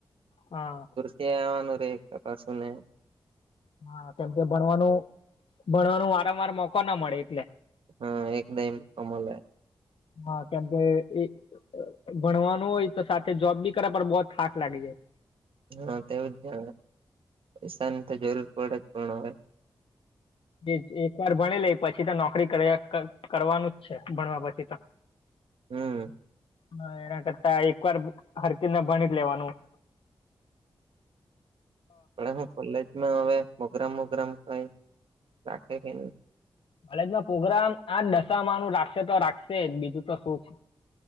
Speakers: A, on the left (about 70°); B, on the right (about 75°).
A: હા.
B: કે આવાનું રેય ટકાસુને
A: હા, કેમ કે ભણવાનું ભણવાનું વારંવાર મોકો ન મળે એટલે
B: હા એકદમ કમલે
A: હા, કેમ કે એ ભણવાનું ઓય તો સાથે જોબ બી કરે પણ બો થાક લાગી જાય.
B: હાં, તેવું જ જાણે, પૈસાની તો જરૂર પડે જ પણ અવે
A: એજ એકવાર ભણી લેય, પછી તો નોકરી કર્યા ક કરવાનું જ છે, ભણવા પછી તો
B: હમ્.
A: હં, એના કરતા એકવાર હરકી રીતના ભણી જ લેવાનું.
B: <inaudible> પણ હું કોલેજમાં અવે પ્રોગ્રામ બોગ્રામ કંઈ રાખે કે ની?
A: કોલેજમાં પ્રોગ્રામ આ નશામાંનું રાખશે તો રાખશે જ, બીજું તો શું છે!